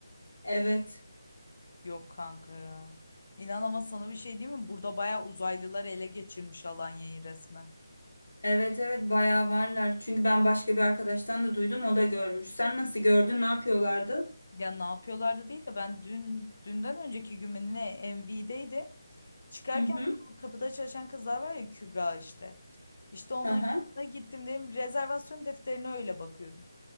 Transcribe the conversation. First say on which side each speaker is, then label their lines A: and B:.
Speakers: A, on the left; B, on the left.
A: Evet.
B: Yok kanka ya. İnan ama sana bir şey diyeyim mi? Burada bayağı uzaylılar ele geçirmiş Alanya'yı resmen.
A: Evet evet bayağı varlar. Çünkü ben başka bir arkadaştan da duydum o da görmüş. Sen nasıl gördün ne yapıyorlardı?
B: Ya ne yapıyorlardı değil de ben dün dünden önceki gün mü ne MV'deydi. Çıkarken
A: Hı hı.
B: de bu kapıda çalışan kızlar var ya Kübra işte. İşte onların
A: Hı hı.
B: yanına gittim dedim rezervasyon defterine öyle bakıyordum.